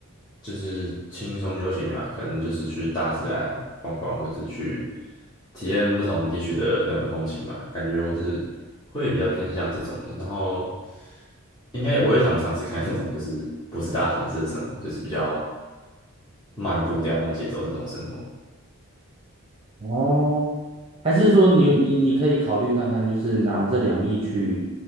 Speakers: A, on the left (about 20°); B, on the right (about 25°).
A: 就是轻松悠闲的点吧，可能就是去大自然逛逛，或者去体验不同地区的人文风情吧。感觉我是会比较偏向这种的，然后应该我也想尝试看那种就是不是大城市的生活，就是比较慢步调、慢节奏那种生活。
B: 哦，还是说你你你可以考虑看看，就是拿这两亿去